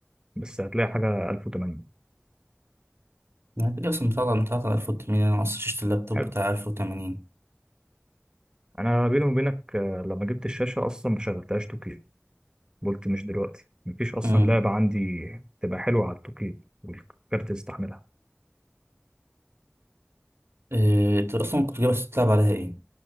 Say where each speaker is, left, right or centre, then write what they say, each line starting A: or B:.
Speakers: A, on the right; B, on the right.
A: بس هتلاقي حاجة 1080
B: أنا كده أصلا بتاعت بتاعت 1800 أنا أصلا شفت اللابتوب
A: حلو
B: بتاع 1080
A: أنا بيني وبينك آه، لما جبت الشاشة أصلا ما شغلتهاش 2K قلت مش دلوقتي مفيش أصلا
B: أمم
A: لعبة عندي تبقى حلوة على 2K والكارت يستحملها
B: إيه، أنت أصلا كنت جايبها تلعب عليها إيه؟